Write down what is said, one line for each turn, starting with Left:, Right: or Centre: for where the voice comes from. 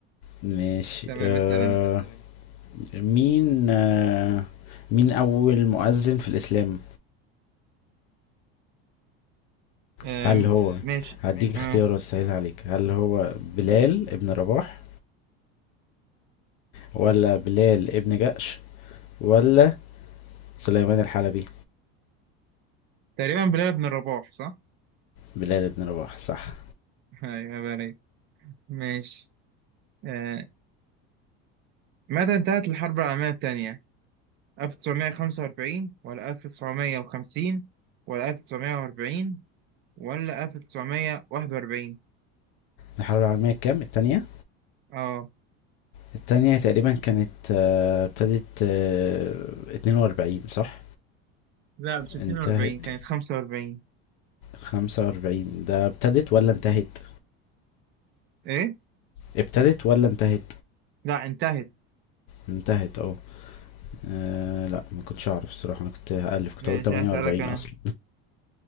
Left: ماشي
Right: تمام
Left: أه
Right: اسأل انت
Left: مين آه، مين أول مؤذن في الإسلام؟
Right: آم،
Left: هل هو
Right: ماشي
Left: هديك اختيارات
Right: اه
Left: سهلة عليك هل هو بلال ابن رباح ولا بلال ابن جأش ولا سليمان الحلبي
Right: تقريبا بلال بن الرباح صح
Left: بلال ابن رباح صح
Right: <laughs> ايوه عيب عليك ماشي آه، متى انتهت الحرب العالمية الثانية 1945 ولا 1950 ولا 1940 ولا 1941
Left: الحرب العالمية الكام التانية
Right: اه
Left: التانية تقريبا كانت آه، ابتدت آه، اتنين وأربعين صح
Right: لا مش 42
Left: انتهت
Right: كانت 45
Left: خمسة وأربعين ده ابتدت ولا انتهت
Right: ايه
Left: ابتدت ولا انتهت
Right: لا انتهت
Left: انتهت اه آه لا ما كنتش اعرف الصراحه انا كنت هالف كنت
Right: ماشي
Left: هقول 48
Right: هسألك انا
Left: اصلا